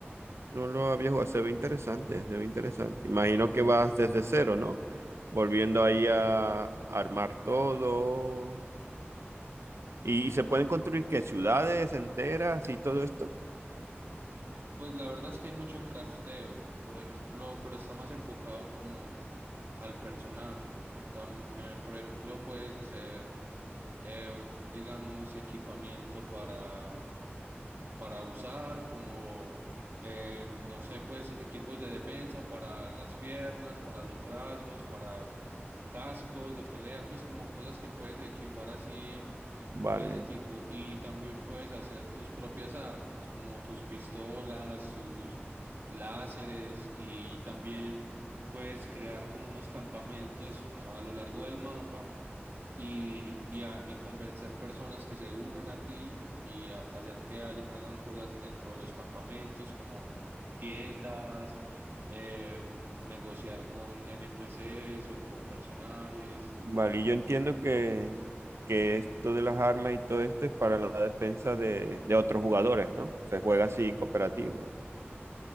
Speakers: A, on the right; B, on the right.
A: No lo había jugado, se ve interesante, se ve interesante. Imagino que vas desde cero, ¿no? Volviendo ahí a armar todo. ¿Y, y se pueden construir qué? ¿Ciudades enteras y todo esto?
B: Pues la verdad es que hay mucho crafteo, por ejemplo, pero está más enfocado como al personaje. Tam- eh, por ejemplo, puedes hacer, eh, digamos, equipamiento para, mm, para usar, como, eh, no sé, pues equipos de defensa para las piernas, para los brazos, para cascos de pelea, pues como cosas que puedes equipar así
A: Vale,
B: de ese tipo. Y también puedes hacer tus propias armas, como tus pistolas, sus láseres, y también puedes crear como unos campamentos a lo largo del mapa y, y, a- y convencer personas que se unan a ti y a- hacer que hay- hagan cosas dentro de los campamentos, como tiendas. em, negociar con NPCs o con personajes.
A: vale. Y yo entiendo que, que esto de las armas y todo esto es para la defensa de, de otros jugadores, ¿no? Se juega así cooperativo.